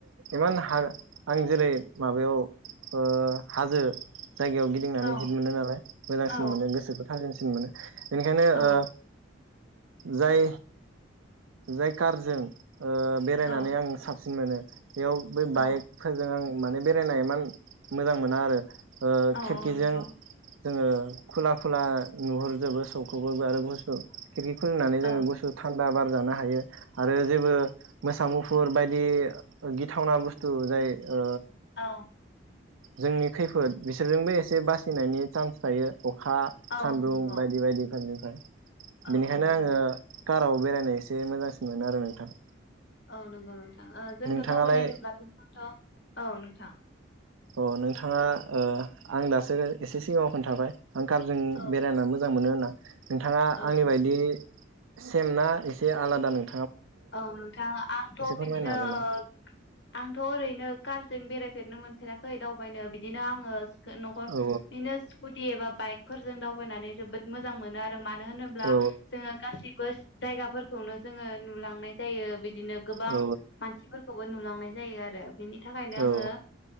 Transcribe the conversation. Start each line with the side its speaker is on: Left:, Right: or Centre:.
Right: इमान ह आं जेरै माबायाव ओ हाजो जायगायाव गिदिंनानै
Left: औ
Right: हेट मोनो नालाय मोजांसिन
Left: औ
Right: मोनो गोसोखौ था सिन मोनो बेनिखायनो
Left: औ
Right: ओ जाय जाय कारजों ओ बेरायनानै
Left: औ
Right: आं साब सिन मोनो बेयाव बै
Left: औ
Right: बाइकफोरजों आं माने बेरायनो इमान मोजां मोना आरो ओ
Left: औ
Right: खिरखिजों
Left: नंगौ
Right: जोङो खुला खुला नुहरजोबो सौखौबोबो आरो गुसु खिरखि खुलिनानै
Left: औ
Right: जोङोगुसु था दा बार जानो हायो आरो जेबो मोसा मुफुर बायदि गिथावना बुस्थु जाय ओ
Left: औ
Right: जोंनि खैफोद बिसोरजोंबो एसे बासिनायनि चान्स थायो अखा
Left: औ
Right: सान्दुं
Left: नंगौ
Right: बायदि बायदिफोरनिफ्राय
Left: औ
Right: बेनिखायनो
Left: नंगौ
Right: आङो
Left: नोंथां
Right: काराव बेरायनाय एसे मोजांसिन मोनो आरो नोंथां
Left: औ नंगौ नोंथां जोंथ'
Right: नोंथाङालाय
Left: दावबायनायनोब्ला नोंथथ औ नोंथां
Right: अ नोंथाङा ओ आं दासो एसे सिगाङाव खोन्थाबाय आं कारजों
Left: औ
Right: बेरायना मोजां मोनो होनना <inaudible> नोंथाङा
Left: औ
Right: आंनि
Left: नोंथां
Right: बायदि सेमना एसे आलादा नों
Left: औ नोंथां आंथ' बिदिनो
Right: फोरमायनो हागोन नामा?
Left: ओ आंथ' ओरैनो कार जों बेरायफेरनो मोनफेराखै दावबायनो बिदिनो आङो हो न'खो
Right: औ
Left: इनो स्कुटि एबा बाइक फोरजों दावबायनानै जोबोद मोजां मोनो आ रो मानो होनोब्ला
Right: औ
Left: जोङो गासिबो स जायगाफोरखौनो जोङो नुलां नाय जायो बि दिनो गोबां
Right: औ
Left: मानसिफोरखौबो नुलां नाय जायो आरो बिनि थाखायनो
Right: औ
Left: आङो